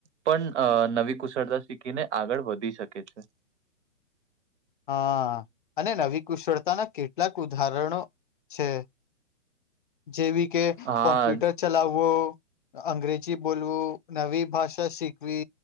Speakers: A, on the right (about 65°); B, on the left (about 45°).
A: પણ અ નવી કુશળતા શીખીને આગળ વધી શકે છે.
B: હા અને નવી કુશળતાના કેટલાક ઉદાહરણો છે. જેવી કે
A: હા
B: કોમ્પ્યુટર ચલાવવો અંગ્રેજી બોલવું નવી ભાષા શીખવી